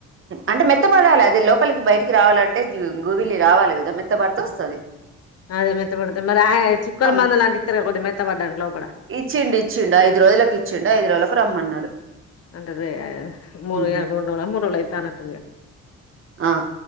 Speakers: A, on the right; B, on the left.
A: అంటే మెత్త పడాలి అది లోపలికి బయటికి రావాలంటే గూవలి రావాలి కదా మెత్త పడు వస్తది
B: అదే మెత్త పడుతుంది మరి ఆయ చుక్కల
A: ఆ
B: మంద లాంటి ఇస్తర కదా మెత్త పడటానికి లోపల
A: ఇచ్చిండు ఇచ్చిండు ఐదు రోజులకు ఇచ్చిండు ఐదు రోజులకు రమ్మన్నాడు
B: అంటదే ముూండ
A: ఉమ్,
B: ముూలయితానట్ంది
A: ఆ